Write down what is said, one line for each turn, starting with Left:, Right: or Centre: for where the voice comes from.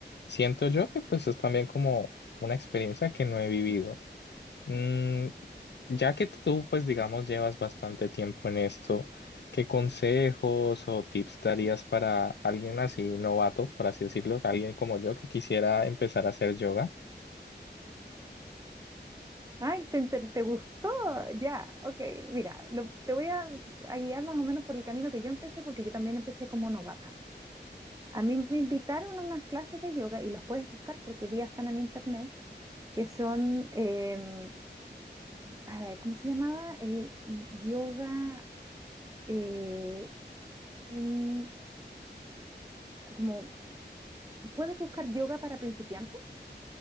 Left: Siento yo que pues es también como una experiencia que no he vivido. Mm, ya que tú, pues digamos, llevas bastante tiempo en esto, ¿qué consejos o tips darías para alguien así novato, por así decirlo, alguien como yo que quisiera empezar a hacer yoga?
Right: Ay, te, te- te gustó. Ya, ok, mira, lo- te voy a, a guiar más o menos por el camino que yo empecé, porque yo también empecé como novata. A mí me invitaron a unas clases de yoga y las puedes buscar porque hoy día están en internet, que son, em, ah, ¿cómo se llamaba? Eh, yoga, eh, in- como, puedes buscar yoga para principiantes